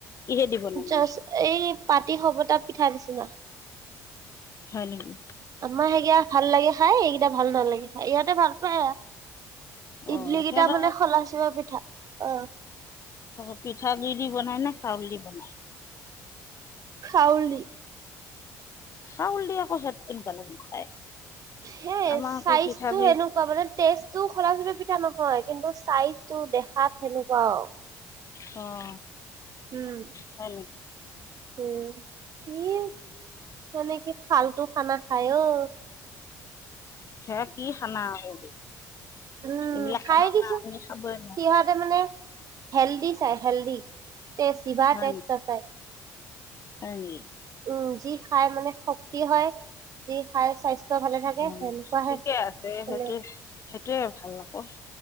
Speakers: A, on the left; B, on the right.
A: কিহেদি বনাই
B: জাষ্ট
A: মানে
B: এই পাতি-খবতা পিঠা দিছে। না
A: হয় নেকি?
B: আমাৰ সেইকেটা ভাল লাগে খাই, এইকেটা ভাল নালাগে খাই, ইহঁতে ভাল পায় আৰু।
A: অ
B: ইডলিকেইটা
A: সিহঁতৰ
B: মানে খলা-চিপা পিঠা অ'।
A: অ' পিঠাগুৰি দি বনাই নে চাউল দি বনাই?
B: চাউল দি,
A: চাউল দি আকৌ, সেতো কেনেকুৱা লাগিব খাই?
B: সেই
A: আমাৰ আকৌ
B: চাইজটো
A: পিঠাগুৰি
B: সেনেকুৱা মানে, টেষ্টো খলা-চাপৰি পিঠা নহয়। হয়, কিন্তু চাইজটো দেখাত সেনেকোৱা আৰু,
A: অ'।
B: উম,
A: হয় নেকি
B: উম, ইয়ে। মানে কি ফাল্টু খানা খায় অ'!
A: সেয়া কি খানা আকৌ?
B: উম।
A: এইবিলাক
B: খাই
A: খানা
B: দিছো।
A: আমি খাবই নোৱাৰো
B: সিহঁতে মানে হেল্দি চায়, হেল্দি। তে, জিভা
A: হয়
B: টেষ্ট
A: নেকি
B: নাচায়।
A: হয় নেকি?
B: উম, যি খাই মানে শক্তি হয়। যি খায় স্বাস্থ্য ভালে থাকে
A: উম।
B: সেনেকুৱাহে
A: ঠিকে আছে।
B: মানে
A: সেইটো-সেইটোয়ে ভাল ন <unintelligible>